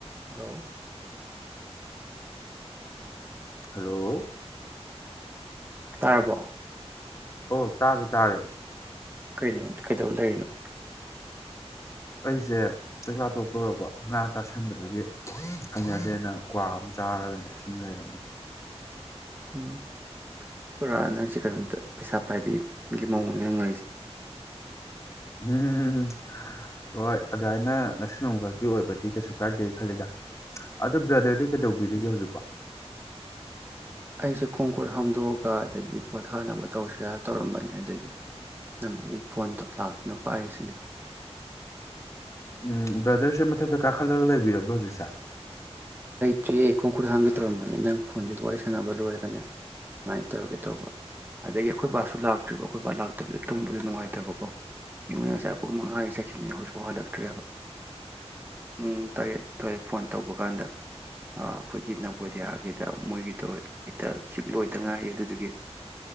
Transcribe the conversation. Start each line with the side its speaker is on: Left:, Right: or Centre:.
Right: ꯍꯂꯣ
Left: ꯍꯜꯂꯣ
Right: ꯇꯥꯔꯕꯣ
Left: ꯑꯣ ꯇꯥꯔꯦ ꯇꯥꯔꯦ
Right: ꯀꯩꯅꯣ ꯀꯩꯗꯧ ꯂꯩꯔꯤꯅꯣ
Left: ꯑꯩꯁꯦ ꯆꯥꯛꯆꯥ ꯇꯣꯛꯄ ꯂꯣꯏꯔꯛꯄ ꯉꯥ ꯆꯥꯥꯁꯟꯕꯗꯨꯒꯤ ꯍꯩꯅꯗꯦꯅ ꯀ꯭ꯋꯥ ꯑꯃ ꯆꯥꯔꯒꯅꯦ ꯁꯨꯝ ꯂꯩꯔꯝꯃꯤ
Right: ꯎꯝ ꯄꯨꯔꯥꯅ ꯁꯤ ꯀꯩꯅꯣꯝꯇ ꯄꯩꯁꯥ ꯄꯥꯏꯕꯤꯒꯤ ꯃꯑꯣꯡꯅꯤ ꯅꯪ
Left: ꯎꯝ ꯍꯣꯏ ꯑꯗꯨꯃꯥꯏꯅ ꯉꯁꯤ ꯅꯣꯡꯈꯛꯀꯤ ꯑꯣꯏꯕꯗꯤ ꯀꯩꯁꯨ ꯀꯥꯏꯗꯦ ꯈꯜꯂꯤꯗ ꯑꯗꯣ ꯕ꯭ꯔꯗꯔꯗꯤ ꯀꯩꯗꯧꯕꯤꯔꯤꯒꯦ
Right: ꯎꯝ
Left: ꯍꯧꯖꯤꯛꯄꯣ
Right: ꯑꯩꯁꯦ ꯈꯣꯡꯈꯨꯠ ꯍꯥꯝꯗꯣꯛꯑꯒ ꯑꯗꯒꯤ ꯄꯣꯊꯥꯅꯕ ꯇꯧꯁꯤꯔ ꯇꯧꯔꯝꯕꯅꯤ ꯑꯗꯒꯤ ꯅꯪ ꯐꯣꯟꯗ ꯂꯥꯛꯇꯨꯅ ꯄꯥꯏꯔꯤꯁꯤꯅꯤ
Left: ꯎꯝ ꯕ꯭ꯔꯥꯗꯔꯁꯦ ꯃꯊꯛꯇ ꯀꯥꯈꯠꯂꯒ ꯂꯩꯕꯤꯔꯕ꯭ꯔꯣ ꯍꯧꯖꯤꯛꯁꯦ
Right: ꯇ꯭ꯔꯤꯌꯦ ꯈꯣꯡ ꯈꯨꯠ ꯍꯥꯝꯒꯦ ꯇꯧꯔꯝꯕꯅꯤ ꯅꯪ ꯐꯣꯟꯁꯤꯗ ꯋꯥꯔꯤ ꯁꯥꯟꯅꯕ ꯂꯣꯏꯔꯒꯅꯦ ꯁꯨꯃꯥꯏꯅ ꯇꯧꯔꯒꯦ ꯇꯧꯕ ꯑꯗꯒꯤ ꯑꯈꯣꯏ ꯕꯥꯁꯨ ꯂꯥꯛꯇ꯭ꯔꯤꯕ ꯑꯈꯣꯏ ꯕꯥ ꯂꯥꯛꯇꯕꯤꯗ ꯇꯨꯝꯕꯗ ꯅꯨꯡꯉꯥꯏꯇꯕꯀꯣ <unintelligible> ꯉꯁꯥꯏ ꯄꯨꯡ ꯃꯉꯥꯅꯤ ꯆꯈꯤꯕꯅꯤ ꯍꯧꯖꯤꯛꯐꯥꯎ ꯍꯜꯂꯛꯇ꯭ꯔꯤ ꯍꯥꯏꯕ ꯄꯨꯡ ꯇꯔꯦꯠ ꯑꯗꯨꯋꯥꯏ ꯐꯣꯟ ꯇꯧꯕ ꯀꯥꯟꯗ ꯑꯈꯣꯏ ꯕꯣꯗꯤꯌꯥꯒꯤꯗ ꯃꯣꯏꯒꯤꯗꯣ ꯍꯦꯛꯇ ꯁꯤꯛ ꯂꯣꯏꯇ ꯉꯥꯏꯔꯤ ꯑꯗꯨꯒꯤ